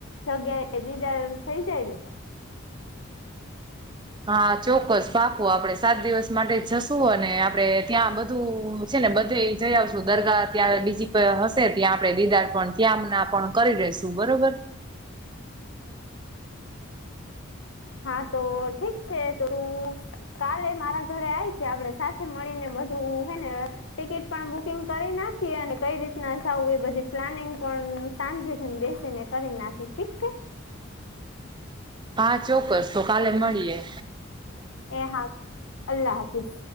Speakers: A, on the left; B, on the right.
A: જગ્યાએ દીદાર થઈ જાય ને.
B: હા ચોક્કસ પાકું આપડે સાત દિવસ માટે જ જશું અને આપડે ત્યાં બધું છે ને બધે જઈ આવશું દરગાહ ત્યાં બીજી હશે ત્યાં આપડે દીદાર પણ ત્યાં ના પણ કરી લેશું બરોબર
A: હા તો ઠીક છે તુરું કાલે મારા ઘરે આવીજા આપડે સાથે મળીને બધું હે ને ટિકિટ પણ બુકિંગ કરી નાખીએ અને કઈ રીતના જાવું એ બધી પ્લાનિંગ પણ શાંતિ થી બેસીને કરી નાખી ઠીક છે
B: હા ચોક્કસ તો કાલે મળીએે
A: એ હા અલ્લાહ હાફિસ.